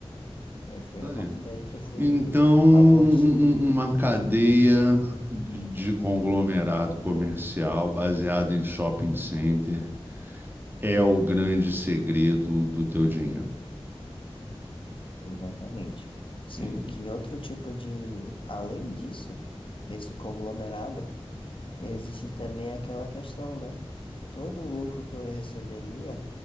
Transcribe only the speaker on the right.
Tá
aí.
Então, um-
um- um, uma cadeia de de conglomerado comercial baseada em shopping center é o grande segredo do teu dinheiro.
entende?